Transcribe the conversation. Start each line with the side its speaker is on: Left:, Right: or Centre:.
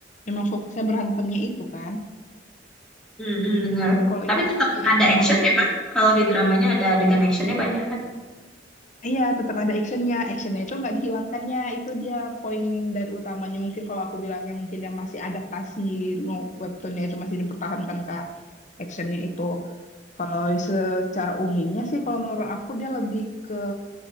Left: memang fokusnya berantemnya itu kan.
Centre: Mm-mm, bener.
Left: Kalau
Centre: Tapi
Left: ini memang
Centre: tetap
Left: kayak
Centre: ada
Left: memang
Centre: action
Left: lebih
Centre: ya kan? Kalau di dramanya ada adegan actionnya banyak kan?
Left: iya tetap ada actionnya, actionnya itu nggak dihilangkannya itu dia poin dari utamanya mungkin kalau aku bilangnya mungkin yang masih adaptasi no- webtoonnya itu masih dipertahankan Kak actionnya itu. Kalau secara umumnya sih kalau menurut aku dia lebih ke